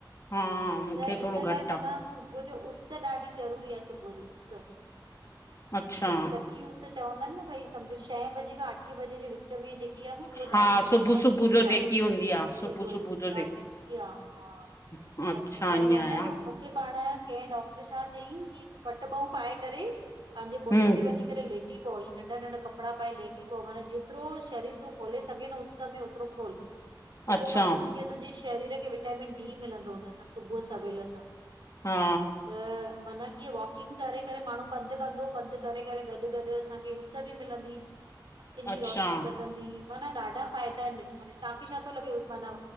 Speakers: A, on the left; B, on the right.
A: हा मूंखे
B: त
A: थोरो
B: इन लाइ
A: घटि
B: माना
A: आ
B: सुबुह जो उस्स ॾाढी ज़रूरी आ सुबुह जो, उस्स
A: अच्छा
B: जेकी क ची उस्स चवंदा आहिनि न, भई सम्झो छह बजे खां अठे बजे जे विच में जेकी आ न उह
A: हा
B: ॾाढी
A: सुबुह
B: माना सुठी
A: सुबुह जो
B: आ
A: जेकी हूंदी आ
B: सुबुह जी,
A: जो
B: ॾाढी सुठी आ, हा।
A: जेकी अच्छा
B: त हुवं
A: ईअं
B: न
A: आया
B: मुंखे मुखे पाण कैं डॉक्टर छा चयईं कि कट ॿाहूं पाए करे पहंजे कोठे
A: हम्म
B: ते वञी करे लेटी पओ, ई नंढा नंढा कपिड़ा पाए लेटी पओ माना जेतिरो शरीर तूं खोले सघें न उस में ओतिरो खोल, त
A: अच्छा
B: पो मान जीअं कीअं तुंहिंजे शरीर खे विटामिन डी मिलंदो हुन सां, सुबुह सवेल सां।
A: हा
B: त माना कि वॉकिंग करे- करे माण्हू पंधु कंदो, पंधु करे- करे, गॾु- गॾु असांखे उस्स बि मिलंदी। अखियुनि जी
A: अच्छा
B: रोशनी वधंदी, माना ॾाढा फ़ाइदा आहिनि ॾिठो वञे, तहांखे छा तो लॻे? माना